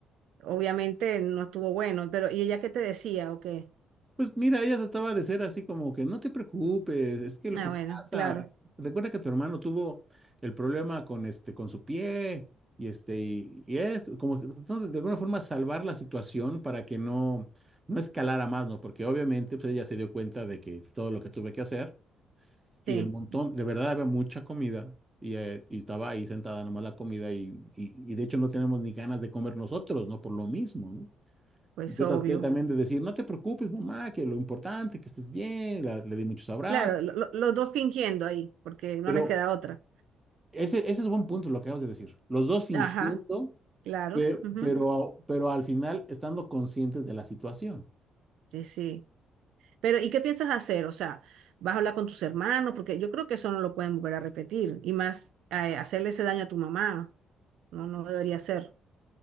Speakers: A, on the right; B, on the right.
A: obviamente no estuvo bueno, pero ¿y ella qué te decía o qué?
B: Pues mira, ella trataba de ser así como que no te preocupes, es que lo
A: Ah,
B: que
A: bueno,
B: pasa,
A: claro,
B: recuerda que tu hermano tuvo el problema con este, con su pie, y este, y, y esto, como que tratando de alguna forma salvar la situación para que no, no escalara más, ¿no? Porque obviamente pues ella se dio cuenta de que todo lo que tuve que hacer, y
A: sí,
B: el montón, de verdad había mucha comida, y, eh, y estaba ahí sentada nomás la comida, y, y, y de hecho no tenemos ni ganas de comer nosotros, ¿no? Por lo mismo, ¿no?
A: pues
B: Yo
A: obvio.
B: traté también de decir, no te preocupes, mamá, que lo importante, que estés bien, la- le di muchos abrazos.
A: Claro, lo- lo- los dos fingiendo ahí, porque no
B: Pero
A: les queda otra.
B: ese, ese es buen punto lo que acabas de decir. Los dos fingiendo,
A: Ajá, claro.
B: pe-
A: ujú,
B: pero, pero, al final estando conscientes de la situación.
A: Sí, sí. Pero, ¿y qué piensas hacer? O sea, ¿vas a hablar con tus hermanos? Porque yo creo que eso no lo pueden volver a repetir. Y más, eh, hacerle ese daño a tu mamá, no, no debería ser.